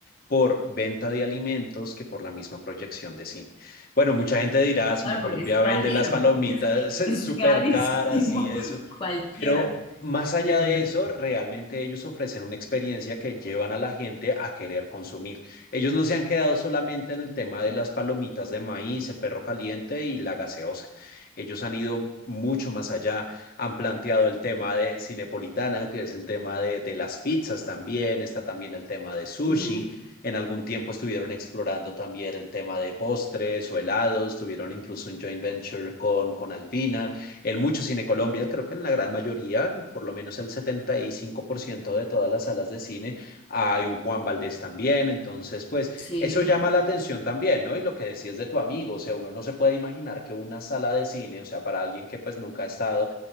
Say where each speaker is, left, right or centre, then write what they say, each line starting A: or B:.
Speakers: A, on the left (about 45°); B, on the left (about 25°).
A: por venta de alimentos que por la misma proyección de cine. Bueno, mucha gente dirá, Cine
B: Claro,
A: Colombia
B: porque es carero,
A: vende las palomitas
B: <laughs>
A: <laughs>
B: es
A: súper
B: carísimo
A: caras y eso,
B: <laughs> cualquiera.
A: pero más allá
B: Sí, obvio.
A: de eso, realmente ellos ofrecen una experiencia que llevan a la gente a querer consumir. Ellos no se han quedado solamente en el tema de las palomitas de maíz, el perro caliente y la gaseosa. Ellos han ido mucho más allá, han planteado el tema de Cinepolitana, que es el tema de, de las pizzas también, está también el tema de sushi,
B: Ujú,
A: en algún tiempo estuvieron explorando también el tema de postres o helados, tuvieron incluso un joint venture con, con Alpina. En muchos cine Colombia, creo que en la gran mayoría, por lo menos el 75% de todas las salas de cine, hay un Juan Valdés también. Entonces, pues
B: Sí,
A: eso llama la atención también, ¿no? Y lo que decías de tu amigo, o sea, uno no se puede imaginar que una sala de cine, o sea, para alguien que pues nunca ha estado